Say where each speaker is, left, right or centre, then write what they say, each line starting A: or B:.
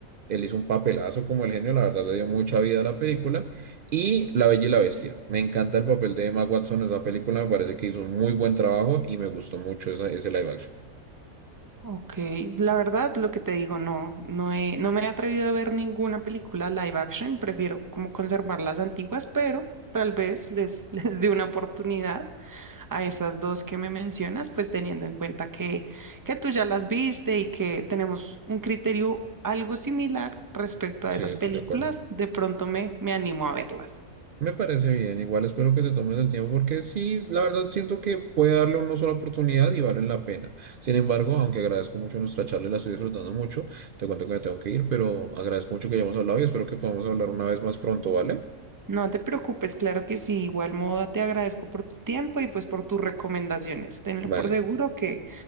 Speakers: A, on the right; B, on the right.
A: Él hizo un papelazo como el genio, la verdad le dio mucha vida a la película. Y La Bella y la Bestia. Me encanta el papel de Emma Watson en esa película, me parece que hizo un muy buen trabajo y me gustó mucho esa- ese live action.
B: Ok, la verdad, lo que te digo, no, no he, no me he atrevido a ver ninguna película live action, prefiero como conservar las antiguas, pero tal vez les, <laughs> les dé una oportunidad a esas dos que me mencionas, pues teniendo en cuenta que, que tú ya las viste y que tenemos un criterio algo similar respecto
A: Sí,
B: a esas
A: estoy
B: películas,
A: de acuerdo.
B: de pronto me, me animo a verlas.
A: Me parece bien, igual espero que te tomes el tiempo porque sí, la verdad siento que puede darle una sola oportunidad y vale la pena. Sin embargo, aunque agradezco mucho nuestra charla y la estoy disfrutando mucho, te cuento que me tengo que ir, pero agradezco mucho que hayamos hablado y espero que podamos hablar una vez más pronto, ¿vale?
B: No te preocupes, claro que sí, igual modo te agradezco por tu tiempo y pues por tus recomendaciones. Tenlo
A: Vale,
B: por seguro que